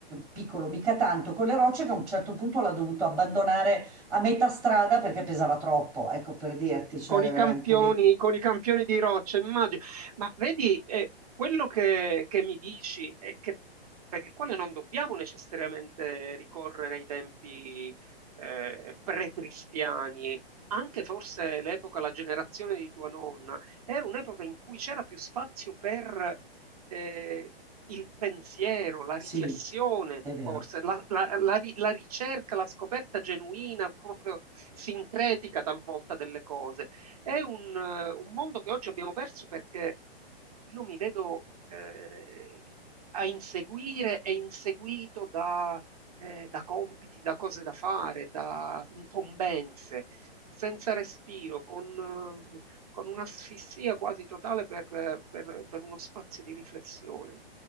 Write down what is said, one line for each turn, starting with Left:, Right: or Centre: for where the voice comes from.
Centre: piccolo mica tanto, con le rocce che a un certo punto l'ha dovuto abbandonare a metà strada perché pesava troppo, ecco per dirti, cioè
Right: con
Centre: era
Right: i campioni,
Centre: anche lì.
Right: con i campioni di roccia, immagino. Ma vedi, eh, quello che, che mi dici è che per il quale non dobbiamo necessariamente ricorrere ai tempi eh, pre-cristiani, anche forse l'epoca, la generazione di tua nonna, era un'epoca in cui c'era più spazio per eh, il pensiero, la
Centre: Sì,
Right: riflessione,
Centre: è vero.
Right: forse, la, la- la ri- la ricerca, la scoperta genuina, proprio sincretica talvolta delle cose. È un, eh, un mondo che oggi abbiamo perso perché io mi vedo eh, a inseguire e inseguito da, eh, da compiti, da cose da fare, da incombenze, senza respiro, con, eh, con un'asfissia quasi totale per, per per uno spazio di riflessione.